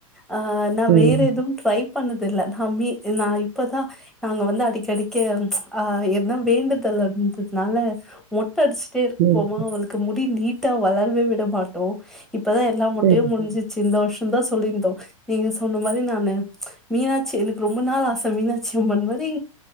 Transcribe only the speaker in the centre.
ஆ நா
வேற எது ட்ரை பண்ணதில்ல நாமி நா இப்பதா நாங்க வந்து அடிக்க அடிக்க ஆ எ என்ன வேண்டுதல் அப்டின்றதுனால மொட்ட அடுஸ்ட்டே இருப்பமா
அவளுக்கு முடி நீட்டா வளரவே விட மாட்டோ இப் இப்பதா எல்லா மொட்டையு
முடிஞ்சிற்ச்சு
இந்த வர்ஷந் தா சொல்லியிருந்தோ நீங்க சொன்ன மாரி நானு மீனாட்சி எனக்கு ரொம்ப நாள் ஆச மீனாட்சி அம்மன் மாரி